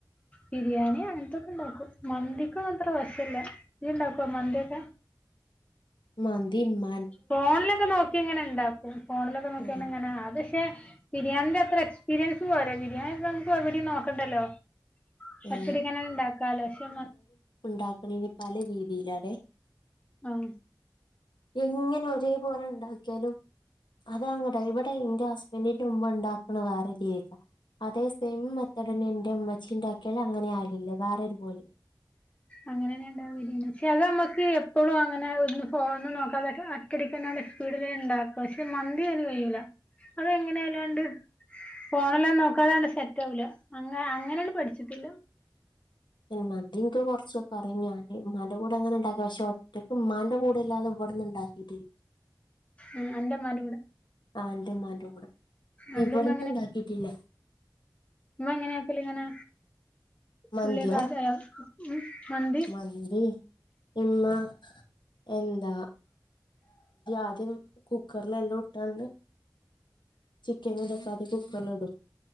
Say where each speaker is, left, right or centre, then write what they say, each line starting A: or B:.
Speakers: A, on the left; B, on the left.
A: ബിരിയാണി അങ്ങനത്തൊക്കെ ഇണ്ടാക്കും മന്തിക്കൊ അത്ര വശല്ലേ ഇ ഇണ്ടാക്കുവ മന്തിക്കെ
B: മന്തി മ
A: ഫോണിലൊക്കെ നോക്കി എങ്ങനെ ഉണ്ടാക്കും ഫോണിലൊക്കെ നോക്കി
B: ആ
A: എങ്ങനെ അ പക്ഷെ ബിരിയാണിന്റെ അത്ര എക്സ്പീരിയൻസ് പോര ബിരിയാണി നമുക്ക് എവിടെ നോക്കണ്ടല്ലോ പച്ചടിക്കന
B: ഏ
A: ഉണ്ടാക്കാലോ പക്ഷെ
B: ഉണ്ടാക്കണന് പല രീതിയില അതെ
A: ആഹ്
B: എങ്ങനെ ഒരേ പോലെ ഉണ്ടാക്കിയാലും അതെ അങ്ങട്ടെ ഇവിടെ എന്റെ ഹസ്ബൻറിന്റെ മുമ്പ് ഉണ്ടാക്കണ വേറെ രീതിക്ക അതേ സെയിം മത്തേടന്നെ എൻറെ ഉമ്മച്ചീറെ അാക്കളൾ അങ്ങനെ ആയിില്ലേ വേറെ ഒരുപലും
A: അങ്ങനെന്നെ ഉണ്ടാവില്ല പക്ഷെ അത് നമ്മുക്ക് എപ്പോഴും അങ്ങനെ ഒന്ന് ഫോന്ന് നോക്കാതൊക്കെ കടിക്കടെ സ്പീഡില് ഇണ്ടാക്കും പക്ഷെ മന്തി അന് കഴയില അത എങ്ങനെയാലോണ്ട് ഫോണല്ലും നോക്കാതണ്ട് സെറ്റാവില്ല അ അങ്ങനെയണ്ട് പഠിച്ചിട്ടില്ല
B: മതി കൊറച്ചൊക്കെ അ പറ ഞാന് മല കൂടെ അങ്ങനെ ഉണ്ടാക്ക പക്ഷെ ഒറ്റയ്ക്ക് ഉമ്മാന്റെ കൂടെല്ലാതെ ഇവിടന്ന് ഉണ്ടാക്കിട്ടില്ല
A: ഉം അന്റെ ഇമ്മാന്റെ കൂടെ
B: ആന്റെമാന്റെ കൂടെ
A: അന്റെ
B: ഇവിടന്ന
A: ഉമ്മ
B: ഉണ്ടാക്കിട്ടില്ലേ
A: ഇമ്മ എങ്ങനെയക്കല ഇങ്ങനെ
B: മന്തിയാ
A: ഉള്ളേക്ക മന്തി
B: എന്താ ഇമ്മ എന്താ ആതും കുക്കറില എല്ലാം ഇട്ടാണ്ട് ചിക്കൻ ഇതക്കാതെ കുക്കറില ഇടും